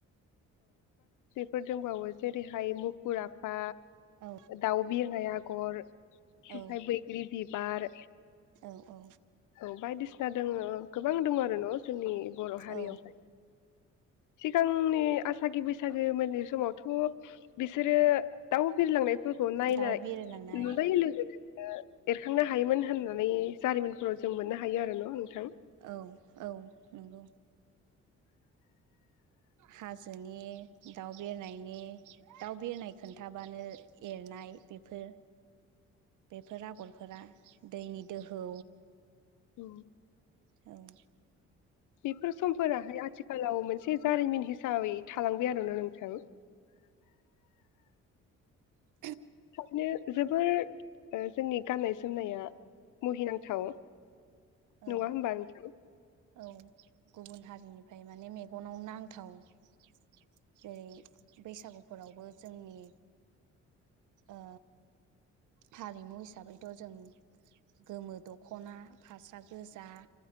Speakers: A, on the left (about 80°); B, on the right (about 80°).
A: फोर दंबावो जेरैहाय मुखुर आफा
B: औ
A: दाउ बिरनाय आगर ओमफ्राय
B: औ
A: बैग्रि बि बार
B: औ औ
A: औ बायदिसिना दङ गोबां दङ आरो न' जोंनि बर' हारियावहाय
B: औ
A: सिगांनि आसागि बैसागो मोननि समावथ' बिसोरो दाउ बिरलांनायफोरखौ नायनाय
B: दाउ बिरलांनाय
A: नुनाय लोगो लोगो एरखांनो हायोमोन होननानै जारिमिनफोराव जों मोननो हायो आरो न' नोंथां
B: औ औ नंगौ हाजोनि दाउ बिरनायनि दाउ बिरनाय खोन्थाबानो एरनाय बे। फोर बे फोर आगरफोरा दैनि दोहौ
A: औ
B: औ
A: बेफोर समफोराहाय आथिखालाव मोनसे जारिमिन हि साबै थालांबाय आरो ना नोंथां
B: औ
A: थाबनो जोबोर अ जोंनि गानाय जोमनाया मुहिनांथाव
B: औ
A: नङा होमबा नोंथां
B: औ गुबुन हारिनिफ्राय माने मेगनाव नांथाव जेरै बैसागुफोरावबो जोंनि ओ हारिमु हिसाबैथ' जों गोमो दख'ना फास्रा गोजा